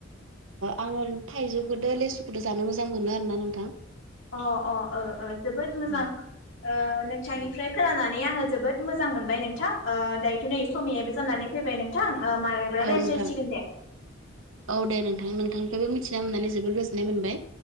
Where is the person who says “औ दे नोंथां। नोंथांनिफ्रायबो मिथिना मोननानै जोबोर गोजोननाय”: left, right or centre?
Right